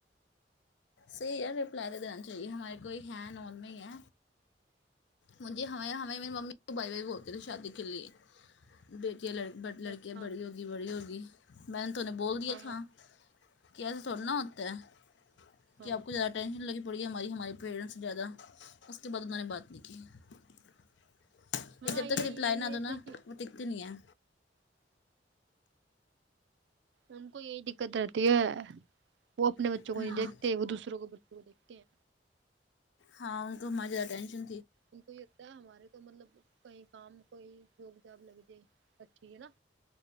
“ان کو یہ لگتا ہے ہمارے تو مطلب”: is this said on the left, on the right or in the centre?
Right